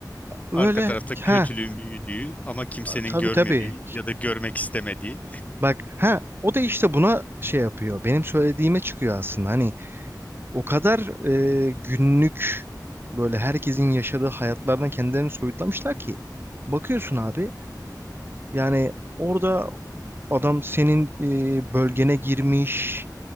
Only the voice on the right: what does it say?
Böyle
ha
tabii
tabii.
Bak ha o da işte buna şey yapıyor. Benim söylediğime çıkıyor aslında. Hani O kadar e, günlük böyle herkesin yaşadığı hayatlardan kendilerini soyutlamışlar ki. Bakıyorsun abi yani orada adam senin e, bölgene girmiş,